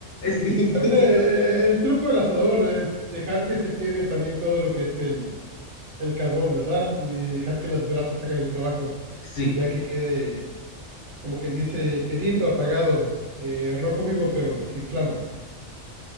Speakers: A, on the left (about 60°); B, on the right (about 70°).
A: Sí,
B: También
A: sí, sí.
B: eh, eh, eh, el, truco del asador es dejar que se queme también todo lo que es el, el carbón, ¿verdad? Y dejar que las brasas hagan el trabajo,
A: Sí,
B: ya que quede, como quien dice, quedito, apagado, eh, rojo vivo, pero sin flama.